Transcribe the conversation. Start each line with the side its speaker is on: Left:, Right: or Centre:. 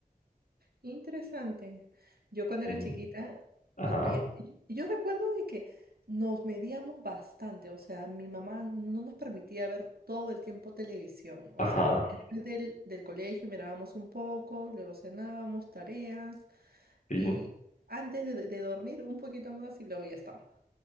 Right: Interesante. Yo cuando
Left: Sí.
Right: era chiquita
Left: Ajá,
Right: también, y yo recuerdo de que nos medíamos bastante, o sea, mi mamá no nos permitía ver todo el tiempo televisión, o
Left: ajá,
Right: sea, después del, del colegio mirábamos un poco, luego cenábamos, tareas,
Left: sí.
Right: y antes de, de dormir un poquito más y luego ya estaba.